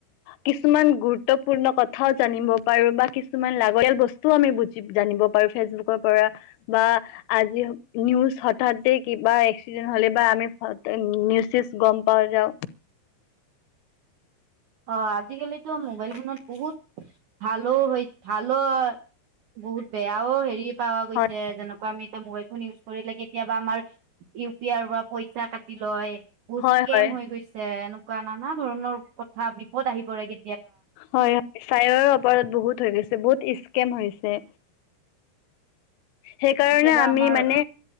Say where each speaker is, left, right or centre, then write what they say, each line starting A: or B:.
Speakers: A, on the left (about 85°); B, on the right (about 80°).
A: কিছুমান গুৰুত্বপূৰ্ণ কথাও জানিব পাৰো বা কিছুমান লাগতিয়াল বস্তুও আমি বুজি জানিব পাৰো ফেচবুকৰ পৰা। বা আজি নিউজ হঠাতে কিবা এক্সিডেণ্ট হলে বা আমি নিউজ চিউছ গম পাই যাওঁ।
B: অ আজিকালিটো মোবাইল ফোনত বহুত ভালো হয় ভালো হয়, বহুত বেয়াও হেৰি পাৱা গৈছে,
A: হয়
B: যেনেকুৱা আমি এতিয়া মোবাইল ফোন ইউজ কৰিলে কেতিয়াবা আমাৰ ইউ পি আইৰ পৰা পইচা কাটি লয়। বহুত
A: হয়
B: চ্কেম
A: হয়
B: হৈ গৈছে। এনে বা নানা ধৰণৰ কথা বিপদ আহি পৰে কে
A: হয় হয়। ছাইবাৰ অপৰাধ বহুত হৈ গৈছে। বহুত স্ কেম হৈছে। সেইকাৰণে
B: কেতিয়াবা
A: আমি
B: আমাৰ
A: মানে